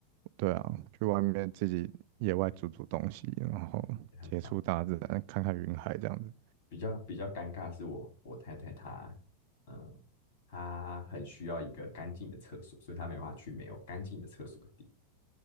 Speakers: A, on the right; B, on the left.
A: 对啊，去外面自己野外煮煮东西，然后接触大自然，
B: 也很棒。
A: 看看云海这样子。
B: 比较比较尴尬是我我太太她，嗯，她很需要一个干净的厕所，所以她没办法去没有干净的厕所的地方。